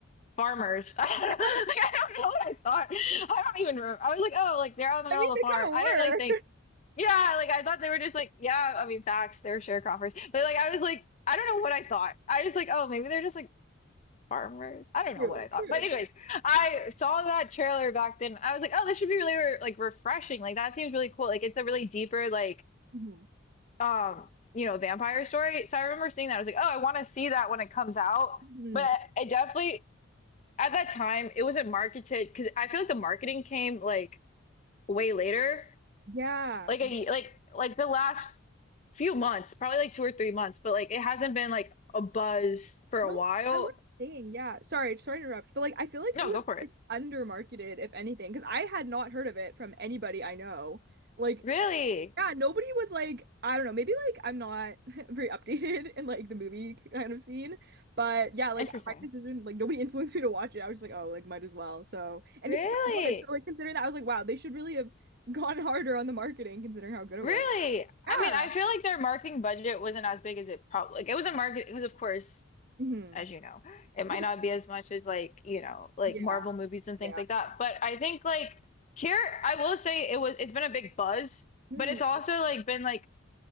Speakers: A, on the left (about 35°); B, on the right (about 50°).
A: farmers. <laughs> I
B: <laughs>
A: don't know, like, I don't know what I thought. I don't even remember. I was like, oh, like they're out in the middle
B: I mean,
A: of
B: they
A: the farm.
B: kind
A: I
B: of were.
A: didn't really think. Yeah, like I thought they were just like, yeah, I mean, facts, they're sharecroppers. But like, I was like, I don't know what I thought. I was like, oh, maybe they're just like farmers. I don't
B: <laughs> True,
A: know what I thought.
B: true.
A: But anyways, I saw that trailer back then. I was like, oh, this should be really re- like refreshing. Like that seems really cool. Like it's a really deeper like
B: Mhm.
A: um, you know, vampire story. So I remember seeing that. I was like, oh, I want to see that when it comes out.
B: Mhm.
A: But it definitely at that time it wasn't marketed because I feel like the marketing came like way later,
B: Yeah.
A: like a like like the last few months, probably like two or three months, but like it hasn't been like a buzz for
B: No,
A: a while.
B: I was saying, yeah. Sorry, sorry to interrupt, but like I feel like
A: No,
B: it was
A: go for it.
B: like undermarketed, if anything, because I had not heard of it from anybody I know. Like
A: Really
B: Yeah, nobody was like, I don't know, maybe like I'm not <laughs> very updated in like the movie kind of scene, but yeah, like
A: interesting.
B: my decision, like nobody <laughs> influenced me to watch it. I was just like, oh, like might as well. So, and
A: Really,
B: it's so good. So, like considering that, I was like, wow, they should really have <laughs> gone harder on the marketing considering how good it
A: really.
B: was. Yeah.
A: I mean, I feel like their marketing budget wasn't as big as it probably like it wasn't market. It was of course
B: hmm
A: as you know. It might
B: <laughs>
A: not be as much as like, you know, like
B: Yeah.
A: Marvel movies and things
B: Yeah.
A: like that. But I think like here, I will say it was it's been a big buzz,
B: Hmm.
A: but it's also like been like